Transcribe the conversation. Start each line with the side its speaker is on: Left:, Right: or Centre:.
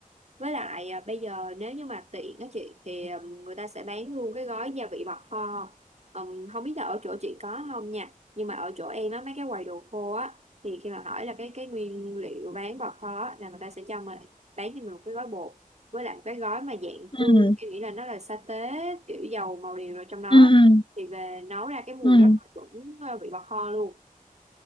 Right: Với lại à, bây giờ nếu như mà tiện á chị thì ừm, người ta sẽ bán luôn cái gói gia vị bọt kho. Ừm, không biết là ở chỗ chị có không nha. Nhưng mà ở chỗ em á mấy cái quầy đồ khô á thì khi mà hỏi là cái cái nguyên liệu bán bọt kho á, là người ta sẽ cho mình bán cho mình một cái gói bột với lại một cái gói mà dạng
Left: ừ
Right: tương em nghĩ là nó là sa tế kiểu dầu màu điều rồi trong đó
Left: ừ
Right: thì về nấu ra cái mùi
Left: ừ
Right: nó rất là chuẩn ờ, vị bọt kho luôn.